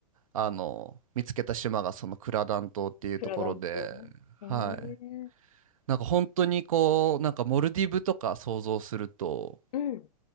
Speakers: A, on the right; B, on the left.
A: あの、見つけた島がそのクラダン島っていうところで、
B: プラダント。えー、
A: はい。なんか本当にこう、なんかモルディブとか想像すると、
B: うん。